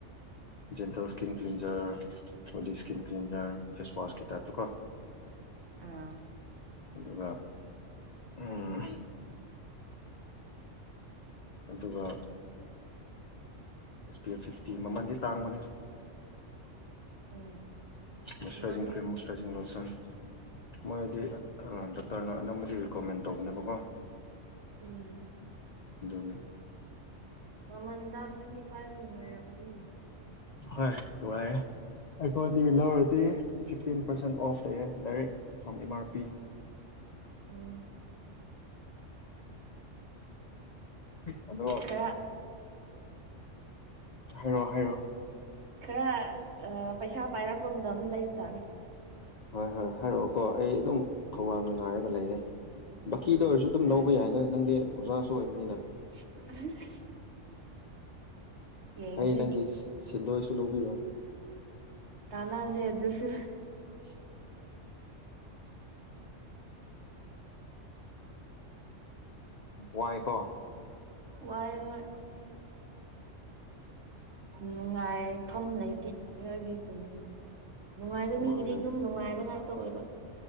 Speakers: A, on the left; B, on the right.
A: ꯖꯦꯟꯇꯜ ꯁ꯭ꯀꯤꯟ ꯀ꯭ꯂꯤꯟꯖꯔ ꯍꯂꯤ ꯁ꯭ꯀꯤꯟ ꯀ꯭ꯂꯤꯟꯖꯔ ꯐꯦꯁꯋꯥꯁꯀꯤ ꯇꯥꯏꯞꯇ ꯀꯣ
B: ꯑꯥ
A: ꯑꯗꯨꯒ ꯎꯝ ꯑꯗꯨꯒ ꯑꯦꯁ ꯄꯤ ꯑꯦꯐ ꯐꯤꯐꯇꯤ ꯃꯃꯜꯗꯤ ꯇꯥꯡꯕꯅꯦ
B: ꯎꯝ
A: ꯃꯣꯏꯁꯔꯖꯤꯡ
B: ꯃꯃꯜ
A: ꯀ꯭ꯔꯤꯝ ꯃꯣꯏꯁꯔꯖꯤꯡ ꯂꯣꯁꯟ ꯃꯣꯏꯗꯤ ꯑ ꯗꯣꯛꯇꯔꯅ ꯑꯅꯝꯕꯗꯤ ꯔꯤꯀꯃꯦꯟ ꯇꯧꯕꯅꯦꯕꯀꯣ
B: ꯎꯝ
A: ꯑꯗꯨꯒꯤ
B: ꯃꯃꯜ ꯇꯥꯡꯉꯗꯤ ꯄꯥꯏꯕ ꯅꯨꯡꯉꯥꯏꯔꯒꯅꯤꯅꯦ
A: ꯍꯣꯏꯕꯥꯔꯦ ꯑꯩꯈꯣꯏꯗꯤ ꯂꯧꯔꯗꯤ ꯐꯤꯐꯇꯤꯟ ꯄꯥꯔꯁꯦꯟ ꯑꯣꯐ ꯂꯩꯌꯦ direct from M R P
B: ꯎꯝ
A: ꯑꯗꯣ
B: ꯇ
A: ꯍꯥꯏꯔꯛꯑꯣ ꯍꯥꯏꯔꯛꯑꯣ
B: ꯈꯔ ꯄꯩꯁꯥ ꯄꯥꯏꯔꯛꯄ ꯑꯗꯝ ꯂꯩꯇꯥꯔꯦ
A: ꯍꯣꯏ ꯍꯣꯏ ꯍꯥꯏꯔꯛꯑꯣꯀꯣ ꯑꯩ ꯑꯗꯨꯝ ꯈꯧꯔꯥꯡꯅ ꯉꯥꯏꯔꯒ ꯂꯩꯒꯦ
B: ꯎꯝ
A: ꯕꯀꯤꯗ ꯑꯣꯏꯔꯁꯨ ꯑꯗꯨꯝ
B: ꯍꯥꯏꯔꯛꯀꯦ
A: ꯂꯧꯕ ꯌꯥꯏꯅ ꯅꯪꯗꯤ ꯑꯣꯖꯥꯁꯨ ꯑꯣꯏꯕꯅꯤꯅ
B: ꯑ ꯌꯦꯡꯁꯦ
A: ꯑꯩ ꯅꯪꯒꯤ ꯁꯤꯦꯟꯗꯣꯏꯁꯨ ꯂꯧꯕꯤꯔꯣꯏ
B: ꯇꯥꯟꯁꯦ ꯑꯗꯨꯁꯨ
A: <unintelligible> ꯋꯥꯏ ꯀꯣ
B: ꯋꯥꯏ ꯍꯣꯏ ꯅꯨꯡꯉꯥꯏꯐꯝꯝ ꯂꯩꯇꯦ ꯃꯤꯑꯣꯏꯕꯒꯤ ꯄꯨꯟꯁꯤꯡꯁꯦ ꯅꯨꯡꯉꯥꯏꯕ ꯃꯤꯒꯤꯗꯤ
A: ꯃꯥꯅꯦ
B: ꯑꯗꯨꯝ ꯅꯨꯡꯉꯥꯏꯕ ꯉꯥꯛꯇ ꯑꯣꯏꯕ